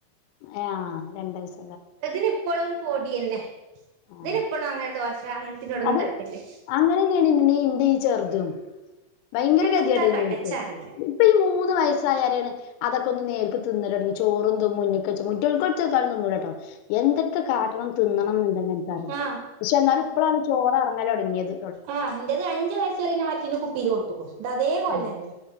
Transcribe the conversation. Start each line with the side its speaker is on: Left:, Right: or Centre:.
Left: ആ രണ്ടസ
Right: അതിനിപ്പോളും പൊടി തന്നെ.
Left: ആഹ്
Right: ഇതിനിപ്പോഴും അങ്ങനെ ദോശ അങ്ങനത്തിനോടൊന്നും
Left: അത്
Right: താല്പര്യല്ല
Left: അങ്ങനെന്നെയാണ് ഇ ഇന്റെഈ ചെർതും ഭയങ്കര
Right: എന്ത്ത്താ
Left: ഗതികേടായിരുന്നുഎനിക്ക്
Right: കാട്ടാ ഇച്ച് അറിയില്ല
Left: ഇപ്പൊ ഈ മൂന്ന് വയസ്സായരെയാണ് അതൊക്കെ നേരിക്ക്തിന്ന ല് തുടങ്ങിചോറും മുന്നിക്ക് വച്ച കുട്ടിയോക്ക് വച്ചാ തിന്നൂലാട്ടോ എന്തൊക്കെ കാട്ടണം തിന്നണം എന്നുണ്ടെങ്കിൽ എനിക്ക അറിയോ
Right: ആഹ്
Left: പക്ഷെ എന്നാലും ഇപ്പോഴാണ് ചോറ് എറങ്ങല് തുടങ്ങിയത്
Right: ആ എൻന്റെത് അഞ്ച് വയസ് വരെ മാറ്റ തീരി കൊടുത്തുക്കണു ഇ അതേ കോലം
Left: ഉം
Right: തന്നെ